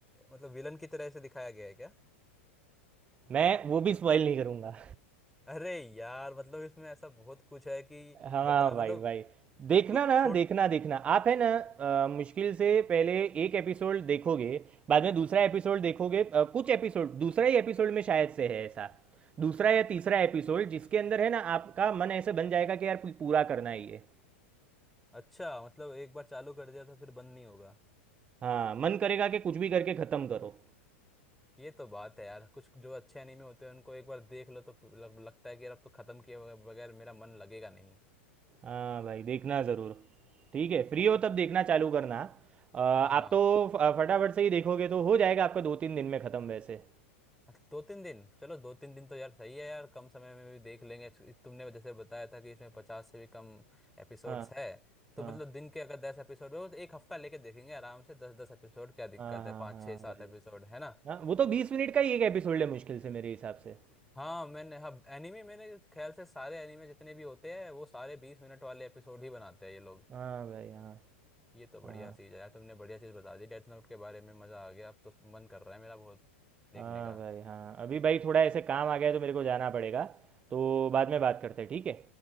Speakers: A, in the centre; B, on the right.
A: मतलब विलन की तरह ऐसे दिखाया गया है क्या
B: मैं वो भी स्पॉइल नहीं करूंगा
A: अरे यार मतलब इसमें ऐसा बहुत कुछ है कि
B: हाँ
A: बता मतलब
B: भाई भाई देखना
A: कुछ
B: ना
A: छोट
B: देखना देखना आप है ना अ, मुश्किल से पहले एक एपिसोड देखोगे बाद में दूसरा एपिसोड देखोगे अ, कुछ एपिसोड दूसरा ही एपिसोड में शायद से है ऐसा दूसरा या तीसरा एपिसोड जिसके अंदर है ना आपका मन ऐसे बन जाएगा कि यार पू- पूरा करना ही है
A: अच्छा मतलब एक बार चालू कर दिया तो फिर बंद नहीं होगा
B: हाँ मन करेगा कि कुछ भी करके ख़त्म करो
A: ये तो बात है यार कुछ जो अच्छे एनीमे होते हैं उनको एक बार देख लो तो लग, लगता है कि यार अब तो खत्म किए बगैर बगैर मेरा मन लगेगा नहीं
B: हाँ भाई देखना ज़रूर ठीक है फ्री हो
A: क्या-
B: तब देखना चालू करना अ, आप
A: हाँ हाँ
B: तो फ- फटाफट से ही देखोगे तो हो जाएगा आपका दो तीन दिन में ख़त्म वैसे
A: अच्छा, दो तीन दिन चलो दो तीन दिन तो यार सही है यार कम समय में भी देख लेंगे इस- तुमने जैसे बताया था कि इसमें पचास से भी कम एपिसोड्स
B: हाँ
A: है तो
B: हाँ
A: मतलब दिन के अगर दस एपिसोड हो तो एक हफ्ता लेके देखेंगे आराम से दस दस एपिसोड क्या दिक्कत
B: हाँ हाँ
A: है पाँच
B: हाँ
A: छः सात
B: भाई
A: एपिसोड है ना
B: हाँ वो तो बीस मिनट का ही एक एपिसोड है मुश्किल से मेरे हिसाब से
A: हाँ मैंने हाँ एनीमे मैंने ख्याल से सारे एनीमे जितने भी होते हैं वो सारे बीस मिनट वाले एपिसोड ही बनाते हैं ये लोग
B: हाँ भाई हाँ
A: ये तो बढ़िया
B: हाँ
A: चीज़ है यार तुमने बढ़िया चीज़ बता दी डेथ नोट के बारे में मज़ा आ गया अब तो मन कर रहा है मेरा बहुत देखने
B: हाँ
A: का
B: भाई हाँ अभी भाई थोड़ा ऐसे काम आ गया है तो मेरे को जाना पड़ेगा तो बाद में बात करते हैं ठीक है